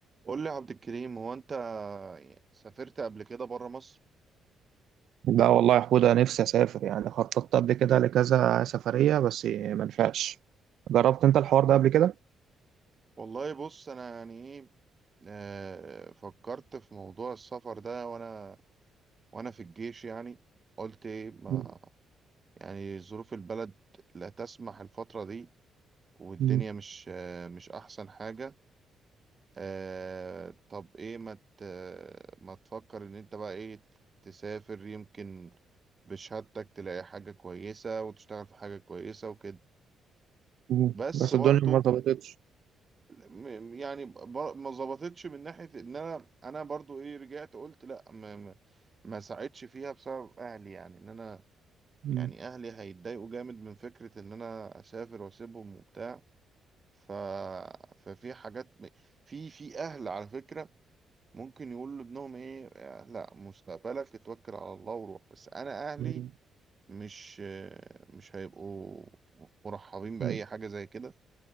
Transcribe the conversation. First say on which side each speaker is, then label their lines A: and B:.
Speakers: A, on the right; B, on the right.
A: قول لي يا عبد الكريم هو انت سافرت قبل كده بره مصر
B: لا والله يا حودة نفسي أسافر يعني خططت قبل كده لكذا سفرية بس ما نفعش جربت أنت الحوار ده قبل كده
A: والله بص انا يعني ايه آه، فكرت في موضوع السفر ده وانا وانا في الجيش يعني قلت ايه ما
B: مم.
A: يعني ظروف البلد لا تسمح الفترة دي والدنيا
B: مم.
A: مش آه، مش احسن حاجة آه، طب ايه ما ت- ما تفكر ان انت بقى ايه تسافر يمكن بشهادتك تلاقي حاجة كويسة وتشتغل في حاجة كويسة وكده
B: مم.
A: بس
B: بس
A: برضو
B: الدنيا ما ظبطتش
A: م- يعني ب- ما ظبطتش من ناحية ان انا انا برضو ايه رجعت قلت لا ما ما ما ساعدش فيها بسبب اهلي يعني ان انا
B: مم.
A: يعني اهلي هيتضايقوا جامد من فكرة ان انا اسافر واسيبهم وبتاع ف ففي حاجات في في اهل على فكرة ممكن يقول لابنهم ايه لا مستقبلك اتوكل على الله وروح بس انا اهلي
B: مم.
A: مش مش هيبقوا مرحبين بأي
B: مم.
A: حاجة زي كده